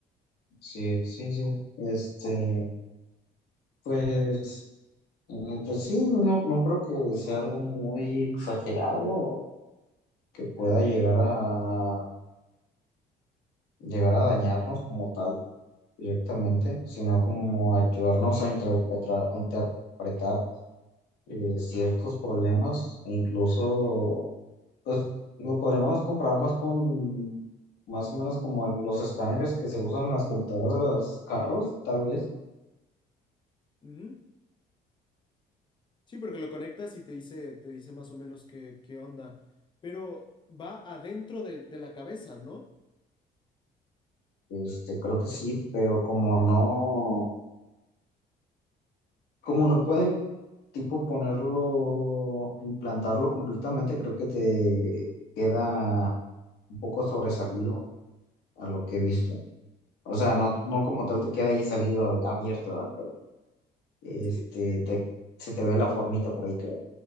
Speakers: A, on the left; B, on the left.
A: Sí, sí, sí. Este, pues, mm, pues sí, no, no creo que sea algo muy exagerado que pueda llegar a llegar a dañarnos como tal directamente, sino como ayudarnos a interpretar, interpretar eh, ciertos problemas, e incluso, pues lo podríamos comparar más con, más o menos como los escáneres que se usan en las computadoras de los carros, tal vez.
B: Ujú. Sí, porque lo conectas y te dice, te dice más o menos qué, qué onda. Pero va adentro de, de la cabeza, ¿no?
A: Este, creo que sí, pero como no, como no pueden, tipo, ponerlo, implantarlo completamente, creo que te queda un poco sobresalido a lo que he visto. O sea, no, no como tal te queda ahí salido abierto, ¿verdad? Este,
B: Es que,
A: te- se te ve la formita por ahí, creo.